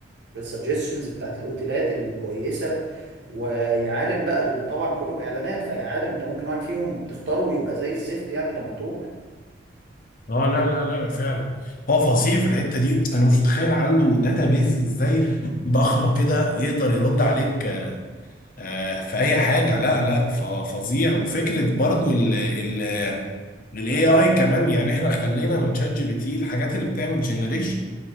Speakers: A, on the right (about 65°); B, on the left (about 45°).
A: السجستشنز بتاعت الاوتيلات الكويسة ويعالم بقى دول طبعا كلهم اعلانات فيعالم انت ممكن واحد فيهم تختاره ويبقى زي الزفت يعني لما تروح
B: اه لا لا لا فعلا هو فظيع في الحته دي انا مش متخيل عنده داتابيز ازاي ضخمه كده يقدر يرد عليك آه، في اي حاجه لا لا ف- فظيع وفكره برضو ال ال الاي اي كمان يعني احنا خلينا من شات جي بي تي الحاجات اللي بتعمل جنريشن